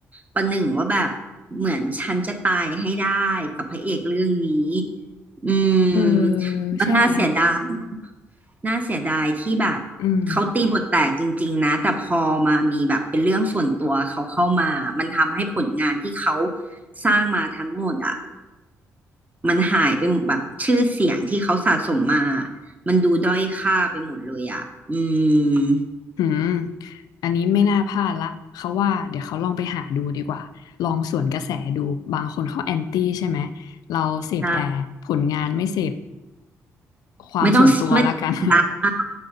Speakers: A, on the right; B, on the left.
A: ประหนึ่งว่าแบบเหมือนฉันจะตายให้ได้กับพระเอกเรื่องนี้อืม
B: เออ
A: ก็น่าเสียดาย
B: ใช่ไหม
A: น่าเสียดายที่แบบเขาตีบทแตกจริงๆนะแต่พอมามีแบบเป็นเรื่องส่วนตัวเขาเข้ามามันทำให้ผลงานที่เขา
B: อืม
A: สร้างมาทั้งหมดอ่ะมันหายไปหมดแบบชื่อเสียงที่เขาสะสมมามันดูด้อยค่าไปหมดเลยอ่ะอืม
B: อืมอันนี้ไม่น่าพลาดละเขาว่าเดี๋ยวเขาลองไปหาดูดีกว่าลองสวนกระแสดูบางคนเขาแอนตี้ใช่ไหมเราเสพแต่ผลงานไม่เสพ
A: ใช่
B: ความส่วนตัวละกัน
A: ไม่ต้องไม่ดังมาก